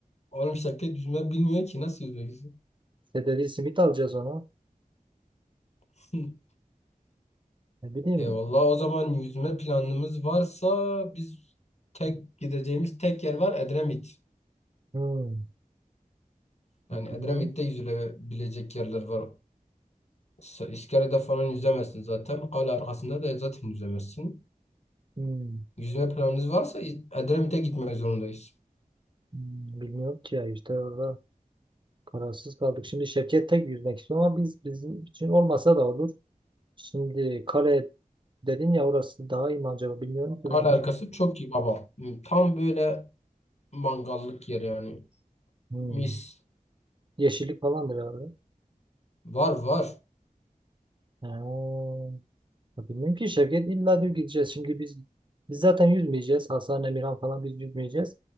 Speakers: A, on the left (about 50°); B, on the right (about 35°).
A: Oğlum şirket yüzme bilmiyor ki nasıl yüzeceksin?
B: İşte dedi simit alacağız ona.
A: <laughs>
B: Ne bileyim.
A: Eyvallah o zaman yüzme planımız varsa biz tek gideceğimiz tek yer var Edremit.
B: Hmm, ne
A: Yani Edremit'te
B: bileyim.
A: yüzülebilecek yerler var. S- İskele'de falan yüzemezsin zaten. Kale arkasında da zaten yüzemezsin.
B: Hmm,
A: Yüzme planınız varsa Edremit'e gitmek zorundayız.
B: hmm, bilmiyorum ki ya işte orada kararsız kaldık. Şimdi Şevket tek yüzmek istiyor ama biz bizim için olmasa da olur. Şimdi kare dedin ya orası daha iyi mi acaba bilmiyorum ki
A: Kale
B: ben
A: arkası
B: de.
A: çok iyi baba. Hmm, Tam böyle mangallık yer yani.
B: Hmm.
A: Mis.
B: Yeşillik falandır herhalde.
A: Var var.
B: Ha. Ya Bilmiyorum ki Şevket illa diyor gideceğiz. Şimdi biz biz zaten yüzmeyeceğiz. Hasan, Emirhan falan biz yüzmeyeceğiz.